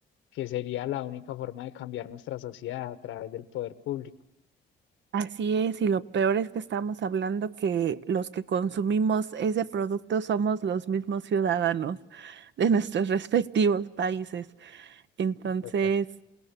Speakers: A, on the left (about 80°); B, on the right (about 65°).
A: que sería la única forma de cambiar nuestra sociedad a través del poder público.
B: Así es, y lo peor es que estamos hablando que los que consumimos ese producto somos los mismos ciudadanos de nuestros <laughs> respectivos países. Entonces,
A: Total,